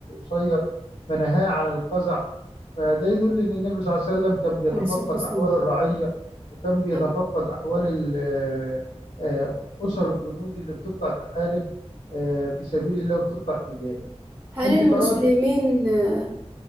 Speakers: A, on the left (about 75°); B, on the right (about 20°).
A: قصير فنهاه عن القزع فده يدل ان النبي صلى الله عليه وسلم كان بيتفقد
B: عليه الصلاة والسلام
A: احوال الرعيه وكان بيتفقد
B: طب
A: احوال ال- آه، آه، اسر الجنود اللي بتطلع تحارب آه، في سبيل الله وبتطلع تجاهي
B: هل
A: انت
B: المسلمين
A: قرات
B: آه،